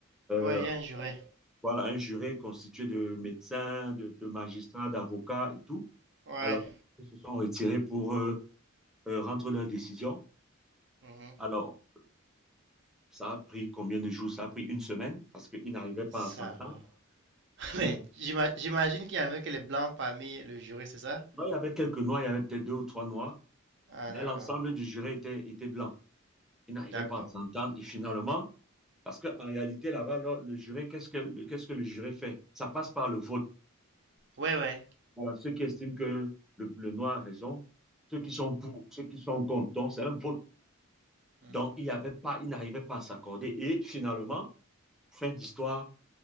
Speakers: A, in the centre; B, on the right.
A: euh,
B: Ouais, il y a un juré.
A: Voilà, un jury constitué de médecins, de, de magistrats, d'avocats et tout.
B: Ouais.
A: Alors, ils se sont retirés pour euh, euh, rendre leur décision.
B: mhm.
A: Alors, ça a pris combien de jours? Ça a pris une semaine parce qu'ils n'arrivaient pas
B: Ça
A: à s'entendre.
B: alors. <laughs> Mais
A: Ils n'arrivaient-
B: j'ima- j'imagine qu'il y avait que les blancs parmi le jury, c'est ça?
A: Non, Il y avait quelques noirs, il y avait peut-être deux ou trois noirs,
B: Ah,
A: mais
B: d'accord.
A: l'ensemble du jury était, était blanc. Ils n'arrivaient
B: D'accord.
A: pas à s'entendre. Et finalement, parce qu'en réalité, là-bas, le, le jury, qu'est-ce que, le- qu'est-ce que le jury fait? Ça passe par le vote.
B: Ouais, ouais.
A: Voilà, ceux qui estiment que le, le noir a raison, ceux qui sont pour, ceux qui sont contre. Donc, c'est un vote.
B: Mhm.
A: Donc, il y avait pas, il n'arrivait pas à s'accorder. Et finalement, fin d'histoire,